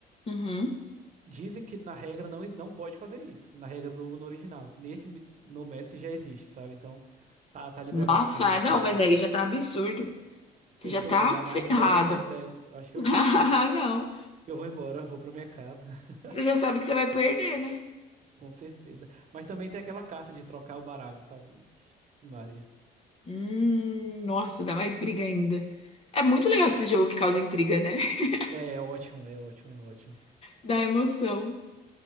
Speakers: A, on the left (about 35°); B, on the right (about 45°).
A: Uhum.
B: Dizem que na regra não, não pode fazer isso, na regra do no original. Nesse mi- no Messi já existe, sabe? Então tá, tá liberado
A: Nossa,
B: fazer essa
A: não,
B: brincadeira.
A: mas aí já tá absurdo. Você
B: Pensou
A: já tá
B: pegar
A: ferrado.
B: mais 10 e mais dez Eu acho que
A: <laughs>
B: eu, ch-
A: Ah,
B: que
A: não.
B: eu vou embora, eu vou pra minha casa, <laughs>
A: Você já sabe que você vai perder, né?
B: com certeza. Mas também tem aquela carta de trocar o baralho, sabe? Ixi, Maria.
A: Hum, nossa, dá mais briga ainda. É muito legal esse jogo que causa intriga, né? <laughs>
B: É é ótimo, é ótimo, é ótimo.
A: Dá emoção.